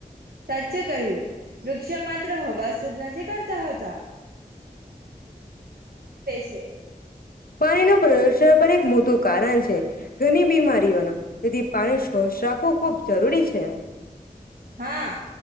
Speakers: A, on the right; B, on the left.
A: સાચો કહ્યું વૃક્ષો માત્ર હવા સુધ નથી કરતાતા. તા. છે
B: પાણીનું પ્રદૂષણ પણ એક મોટું કારણ છે ઘણી બીમારીઓનું તેથી પાણી સ્વસ્્છ રાખવું ખૂબ જરૂરી છે.
A: હા